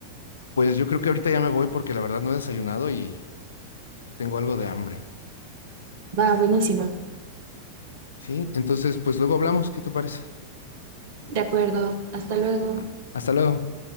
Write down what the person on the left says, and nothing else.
pues yo creo que ahorita ya me voy porque la verdad no he desayunado y, y tengo algo de hambre.
¿Sí? Entonces, pues luego hablamos. ¿Qué te parece?
Ah, Hasta luego.